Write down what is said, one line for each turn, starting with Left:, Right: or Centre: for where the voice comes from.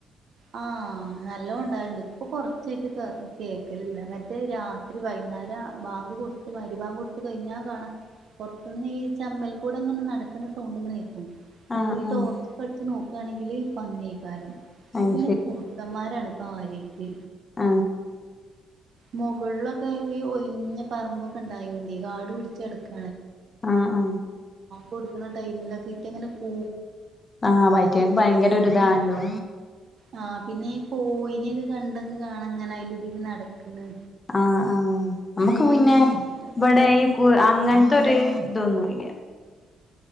Right: ആഹ നല്ലോം ഇണ്ടാവല്ണ്ട് ഇപ്പൊ കൊറച്ചായിട്ട് കേക്കലില്ല മറ്റേ രാത്രി വൈകുന്നേരം ബാങ്ക് കൊടുത്ത്, മഗിരിബാങ്ക് കൊട്ത്ത കഴിഞ്ഞാ കാണാ. പുറത്തുന്നീ ചമ്മൽ കൂടെ ഇങ്ങനെ നടക്കുന്ന സൗണ്ടങ്ങനെ കേൾക്കും അപ്പൊ
Left: ആഹ്
Right: ഈ
Left: ആഹ്
Right: ടോർച്ചൊക്കെ അടിച്ച് നോക്കുആണെങ്കില് പന്നിയാക്കാരം. ഇപ്പ
Left: അത്
Right: പിന്നെ കുറുക്കന്മാരാണ് കാര്യായിട്ട്.
Left: ആ
Right: മുകളിലൊക്കെ ഈ ഒയിഞ്ഞ പറമ്പൊക്കെ ഇണ്ടായോണ്ടേ കാട് പിടിച്ചടക്ക
Left: ആ ആ
Right: കൊടുക്കണ ടൈമിലൊക്കെ ഇപ്പൊ എങ്ങനെ പൂ
Left: ആ വൈറ്റേക്ക് ഭയങ്കരൊരിതാണല്ലോ.
Right: ആ പിന്നെ ഈ കോഴിനെയൊക്കെ കണ്ടൊക്കെ കാണ് അങ്ങനെ അയിലെ ഇതിലെ നടക്കണ്.
Left: ആ ആ നമ്മുക്ക് പിന്നെ
Right: അതൊക്കെ
Left: ഇവിടെ ഈ കൂ ആ അങ്ങനത്തെരു ഇതൊന്നുല്ല